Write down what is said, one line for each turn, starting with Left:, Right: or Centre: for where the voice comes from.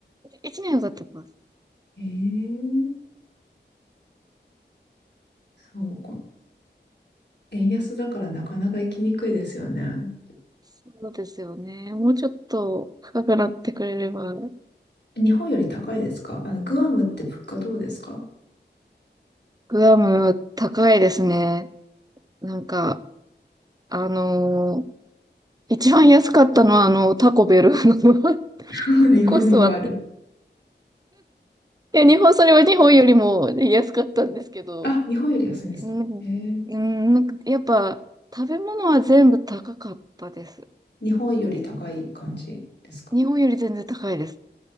Right: 1年は経ってます。
Left: へえ、そうか。円安だからなかなか行きにくいですよね。
Right: そうですよね。もうちょっと高くなってくれれば、
Left: 日本より高いですかあの、グアムって物価どうですか
Right: グアム高いですね。なんか、あのー一番安かったのはあの、タコベルの
Left: <laughs>
Right: <laughs>
Left: 日本にもある。
Right: コストは、いや、日本、それは日本よりも安かったんですけど、
Left: あ、日本より安いんですかえー、
Right: うんうんなんかやっぱ、食べ物は全部高かったです。
Left: 日本より高い感じですか
Right: 日本より全然高いです。